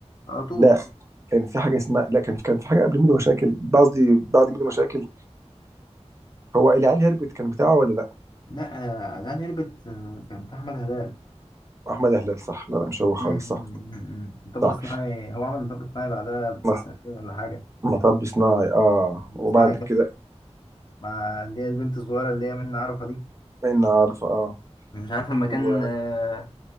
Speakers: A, on the left (about 40°); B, on the right (about 25°).
A: على طول
B: لا كان في حاجه اسمها لا كان في كان في حاجه قبل ميدو مشاكل قصدي بعد ميدو مشاكل هو العيال هربت كان بتاعه ولا لا
A: لا آه، جعان هربت آه، كان بتاع احمد هلال
B: احمد هلال صح لا لا مش هو خالص
A: أمم.
B: صح
A: مطب
B: صح
A: صناعي هو عمل مطب صناعي بعدها
B: مط-
A: بسنتين ولا حاجة
B: مطب صناعي اه
A: مطب
B: وبعد
A: صناعي كان
B: كده
A: مع اللي هي البنت الصغيرة اللي هي منى عرفة دي
B: ان عارف اه
A: أنا مش عارف لما كان
B: و...
A: آه،